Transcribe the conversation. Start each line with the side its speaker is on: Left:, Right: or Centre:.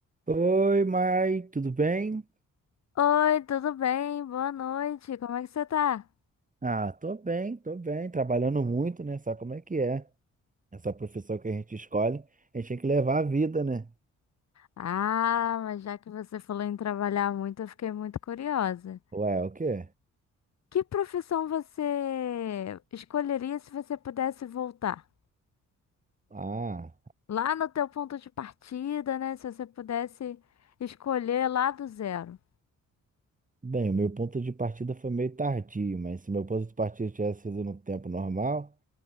Right: Oi, Mai, tudo bem?
Left: Oi, tudo bem? Boa noite. Como é que você tá?
Right: Ah, tô bem, tô bem, trabalhando muito, né? Sabe como é que é? Essa profissão que a gente escolhe, a gente tem que levar a vida, né?
Left: Ah, mas já que você falou em trabalhar muito, eu fiquei muito curiosa.
Right: Ué, o quê?
Left: Que profissão você escolheria se você pudesse voltar?
Right: Ah,
Left: Lá no teu ponto de partida, né? Se você pudesse escolher lá do zero.
Right: bem, o meu ponto de partida foi meio tardio, mas se meu ponto de partida tivesse sido no tempo normal,